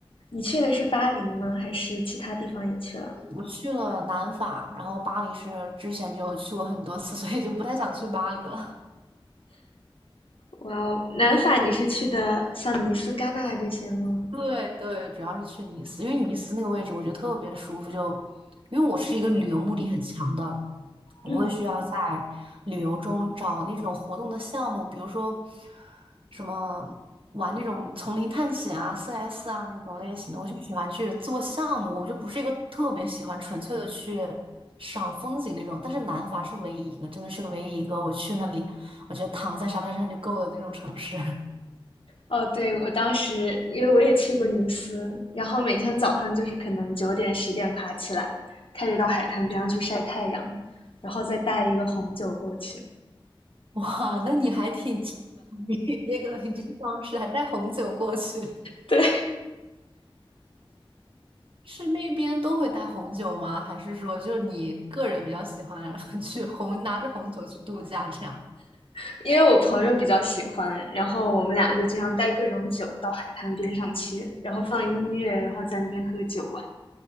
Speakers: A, on the left; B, on the right.
A: 你去的是巴黎吗？还是其他地方也去了？
B: 我去了南法，然后巴黎是之前就去过很多次，所以就不太想去巴黎了。
A: 哇哦，南法你是去的像尼斯、戛纳这些吗？
B: 对对，主要是去尼斯，因为尼斯那个位置我觉得特别舒服，就因为我是一个旅游目的很强的，我会需要在
A: 嗯，
B: 旅游中找那种活动的项目，比如说什么玩那种丛林探险啊、CS 啊那种类型的，我就喜欢去做项目，我就不是一个特别喜欢纯粹的去赏风景那种。但是南法是唯一一个，真的是唯一一个我去那里，我觉得躺在沙滩上就够了那种城市。<laughs>
A: 哦，对，我当时因为我也去过尼斯，然后每天早上就是可能九点十点爬起来，开始到海滩边上去晒太阳，然后再带一个红酒过去。
B: <laughs> 哇，那你还挺奇，<laughs> 你那个你这个方式还带红酒过去，
A: 对，
B: 是那边都会带红酒吗？还是说就是你个人比较喜欢 <laughs> 去红，拿着红酒去度假这样？
A: <laughs> 因为我朋友比较喜欢，然后我们两个就经常带各种酒到海滩边上去，然后放音乐，然后在那边喝酒玩。